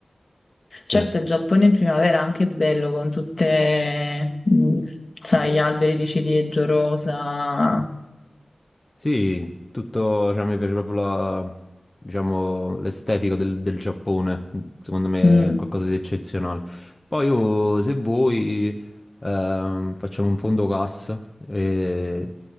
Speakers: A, on the left; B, on the left.
A: Sì,
B: Certo, il Giappone in primavera è anche bello con tutte, mh, sai, alberi di ciliegio rosa.
A: Sì, tutto, cioè, mi piace proprio la, diciamo, l'estetica del, del Giappone, secondo me
B: Mm.
A: è qualcosa di eccezionale. Poi io, se vuoi, ehm, facciamo un fondo cassa e